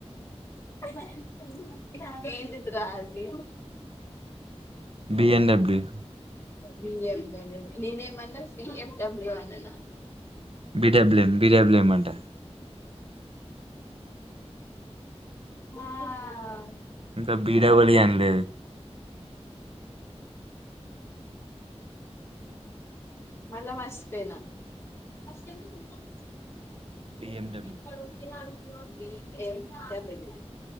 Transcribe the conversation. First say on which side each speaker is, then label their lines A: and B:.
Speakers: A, on the left; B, on the right.
A: పోయిన ఎన్ ఫైవ్ నా ఏంటిది రా అది
B: బిఎమ్ డబ్ల్యు
A: బిఎమ్ డబ్ల్యూ నేనేమన్నా బిఎమ్ డబ్లు అన్ననా
B: B W M B W M అంటా
A: ఆ
B: ఇంకా బీడబల్ ఇ అన్లెదు
A: మళ్ళ మసిపెన <unintelligible>
B: బిఎండబ్ల్యూ
A: వాడు ఉత్తిగనే అడు బి ఎమ్ డబ్ల్యూ